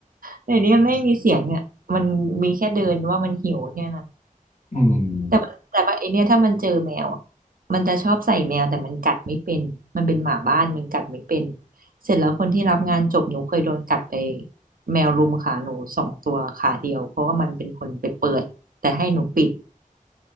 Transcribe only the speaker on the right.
แต่นี่มันไม่มีเสียงเนี่ยมันมีแค่เดินว่ามันหิวแค่นั้น
แต่มันแต่ว่าไอเนี่ยถ้ามันเจอแมวอะมันจะชอบใส่แมวแต่มันกัดไม่เป็นมันเป็นหมาบ้านมันกัดไม่เป็นเสร็จแล้วคนที่รับงานจบหนูเคยโดนกัดไปแมวรุมขาหนูสองตัวขาเดียวเพราะว่ามันเป็นคนไปเปิดแต่ให้หนูปิด